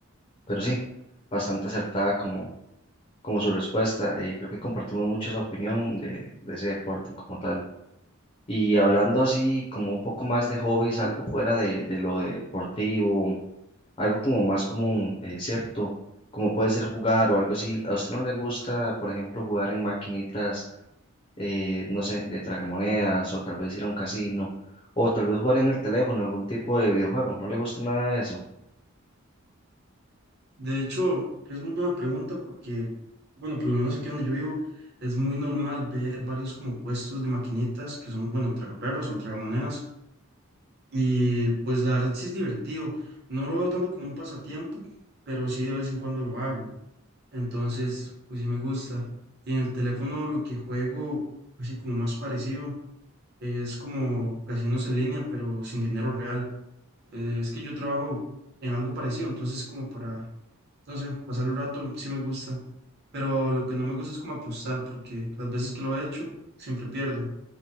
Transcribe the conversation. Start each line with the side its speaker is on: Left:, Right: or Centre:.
Left: Pero sí, bastante acertada como, como su respuesta. eh, creo que compartimos mucho esa opinión de, de ese deporte como tal. Y hablando así como un poco más de hobbies, algo fuera de, de lo deportivo algo como más común, eh, ¿cierto? Como puede ser jugar o algo así. ¿A usted no le gusta, por ejemplo, jugar en maquinitas, eh, no sé, de tragamonedas o tal vez ir a un casino o tal vez jugar en el teléfono, algún tipo de videojuego? ¿No le gusta nada de eso?
Right: De hecho, es muy buena pregunta porque, bueno, por lo menos aquí donde yo vivo, es muy normal ver varios como puestos de maquinitas que son, bueno, tragaperras o tragamonedas. Y pues la verdad sí es divertido. No lo veo tanto como un pasatiempo, pero sí de vez en cuando lo hago. Entonces, pues sí me gusta. Y en el teléfono lo que juego, así como más parecido, es como casinos en línea, pero sin dinero real. Eh, es que yo trabajo en algo parecido, entonces como para no sé, pasar el rato sí me gusta, pero lo que no me gusta es como apostar, porque las veces que lo he hecho siempre pierdo.